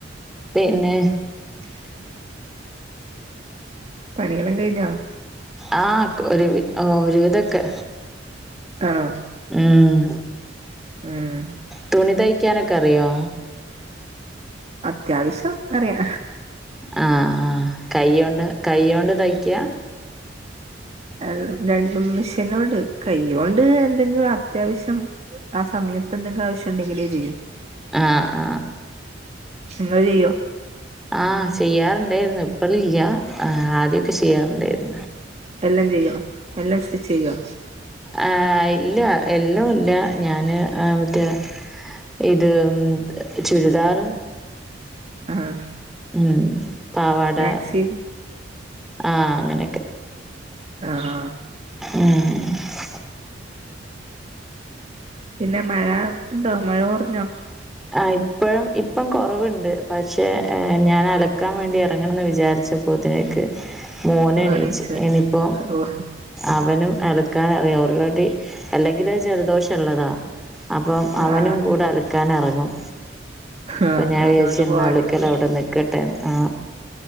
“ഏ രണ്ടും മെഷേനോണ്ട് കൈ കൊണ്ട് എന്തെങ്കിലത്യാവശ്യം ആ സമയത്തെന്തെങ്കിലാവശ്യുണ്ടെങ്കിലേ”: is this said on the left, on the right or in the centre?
Right